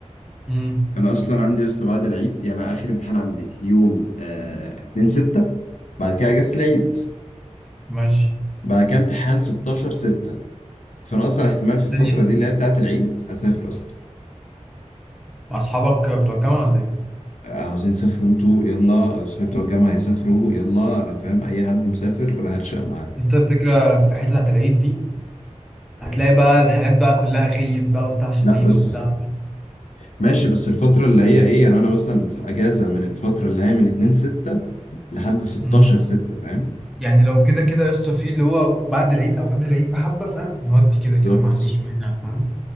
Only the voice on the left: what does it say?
انا اصلا عندي لسه بعد العيد يعني اخر امتحان عندي يوم آه 2/6 بعد كده اجازة العيد
بعد كده امتحان 16 6 فانا اصلا احتمال في الفترة
دي اللي هي بتاعة العيد اسافر اصلا
عاوزين تسافروا انتوا يلا صحابي بتوع الجامعة هيسافروا يلا انا فاهم اي حد مسافر هرشق معاه
إيه.
لا
بس
ماشي بس الفترة اللي هي ايه يعني انا مثلا في اجازة من الفترة اللي هي من 2 6 لحد 16
6 فاهم
بالظبط